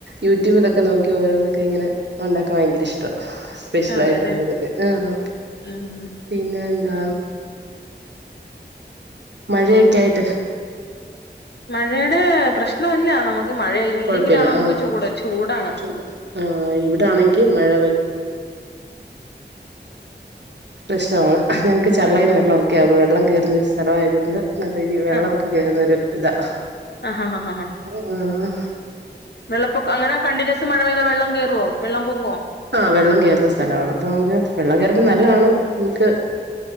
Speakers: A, on the right; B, on the left.
A: യൂട്യൂബിലൊക്കെ നോക്കി ഓരോന്നൊക്കെങ്ങനെ ഒണ്ടാക്കാൻ ഭയങ്കര ഇഷ്ടാ സ്പെഷ്യലായിട്ടൊരോന്നൊക്കെ
B: അതെല്ലെ
A: ആഹ്
B: ഉം
A: പിന്നെന്താ മഴയെക്കായിട്ട്
B: മഴേടെ പ്രശ്നവില്ല നമ്മക്ക് ക്ക് മഴ ഇല്ലെങ്കിലാണ്
A: കൊഴപ്പില്ല
B: നമ്മക്ക്
A: ആഹ്
B: ചൂട് ചൂടാണ്
A: ചൂട് ആഹ് ഇവിടാണെങ്കി
B: ഉംഹ്
A: മഴ പ്രശ്നവാണ് ഞങ്ങക്ക് ചള്ളേം
B: ഉം ഉം
A: വെള്ളോവൊക്കെയാ വെള്ളം കേറുന്ന ഒരു സ്ഥലവായതുകൊണ്ട് നല്ലരീതി വെള്ളവൊക്കെ
B: ആഹ്
A: കേറുന്നൊരു ഇതാ
B: ആഹ് ആഹ്
A: ഉംഹ്
B: വെള്ളപ്പൊക്ക അങ്ങനെ കണ്ടിന്യൂസ് മഴ പെയ്താ വെളളം കേറോ വെള്ളംപൊങ്ങോ
A: ആഹ് വെള്ളം കേറുന്ന സ്ഥലവാണ് അപ്പൊ നമക്ക് വെള്ളം കേറുന്ന നല്ലാണ് നമുക്ക്